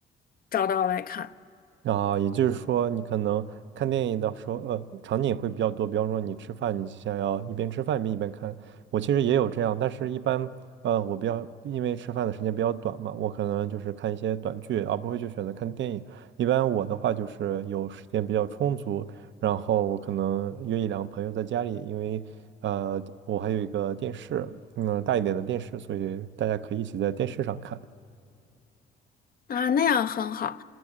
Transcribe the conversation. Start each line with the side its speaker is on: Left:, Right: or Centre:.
Left: 找到来看。
Right: 啊，也就是说，你可能看电影的时候，呃，场景会比较多。比方说，你吃饭，你想要一边吃饭一边一边看。我其实也有这样，但是一般，呃，我比较因为吃饭的时间比较短嘛，我可能就是看一些短剧，而不会就选择看电影。一般我的话就是有时间比较充足，然后我可能约一两个朋友在家里，因为呃，我还有一个电视，嗯，大一点的电视，所以大家可以一起在电视上看。
Left: 啊，那样很好。